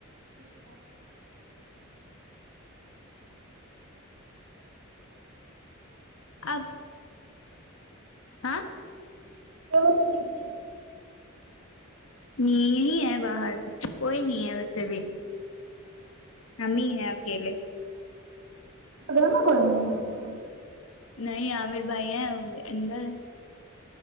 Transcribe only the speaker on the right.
ٹھیک ہے ایسے
<unintelligible> کے نہیںچے
گھرمیں کوئی نہیں ہے